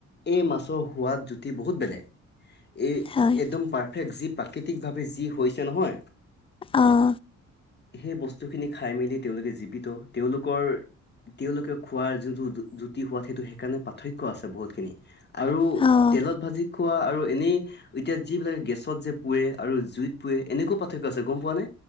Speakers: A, on the left (about 35°); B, on the left (about 20°).
A: এই মাছৰ সোৱাদ জুতি বহুত বেলেগ এই
B: হয়
A: একদম পাৰফেক্ট যি প্ৰাকৃতিকভাৱে যি হৈছে নহয়।
B: অহ
A: সেই বস্তুখিনি খাই মেলি তেওঁলোকে জীৱিত তেওঁলোকৰ তেওঁলোকে খোৱাৰ যোনটো জুতি সোৱাদ সেইটো সেইকাৰণে পাৰ্থক্য আছে বহুতখিনি আৰু
B: অঁ
A: তেলত ভাজি খোৱা আৰু এনেই এতিয়া যিবিলাক গেছত যে পুৱে আৰু জুইত পুৱে এনেকো পা- ৰ্থক্য আছে গম পোৱা নে?